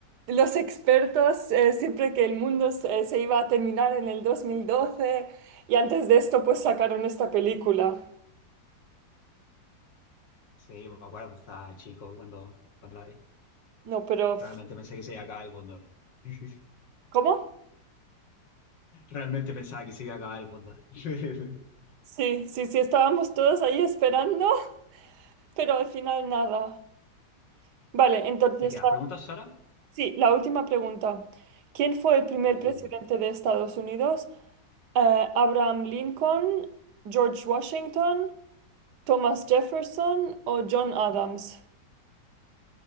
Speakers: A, on the right; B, on the left.
A: los expertos eh, siempre que el mundo se, eh, se iba a terminar en el 2012 y antes de esto pues sacaron esta película.
B: sí, yo me acuerdo, estaba chico cuando, cuando la vi.
A: No, pero f-
B: Realmente pensé que se iba a acabar el mundo. <laughs>
A: ¿cómo?
B: Realmente pensaba que se iba a acabar el mundo. <laughs>
A: Sí, sí, sí, estábamos todos ahí esperando, <laughs> pero al final nada. Vale, entonces
B: ¿Te quedan preguntas, Sara?
A: Sí, la última pregunta. ¿Quién fue el primer
B: Uh,
A: presidente de Estados Unidos? Eh, ¿Abraham Lincoln, George Washington, Thomas Jefferson o John Adams?